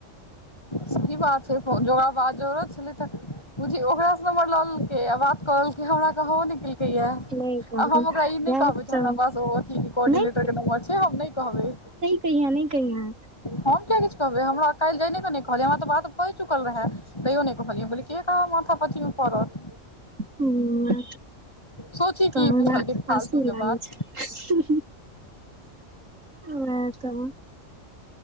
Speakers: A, on the left (about 20°); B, on the right (about 85°).
A: सही बात छै फो जो आब जरूरत छलै तऽ बुझी ओकरा से नंबर ल लेलकै आ बात करलकै हमरा कहबो नै केल क आ
B: नहि कहलखुन
A: हम ओकरा ई
B: वैह
A: नै कहबे
B: तऽ
A: हमरा पास ओ अथी कोर्डिनेटर
B: नहि
A: के नम्बर छै, हम नै कहबै।
B: कहिय नै कहिय।
A: हम किआ किछ कहबै, हमरा काल्हि जायने के नै कहलिये हमरा तऽ बात होय चुकल रहे तैयो नै कहलियै हम कहलियै ककरा माथा पच्ची मे पड़त।
B: हूं आ
A: सोची
B: त
A: की
B: हमरा
A: बुझलकै
B: हँसि
A: फालतू के
B: लागै
A: बात
B: छै। हमरा तऽ।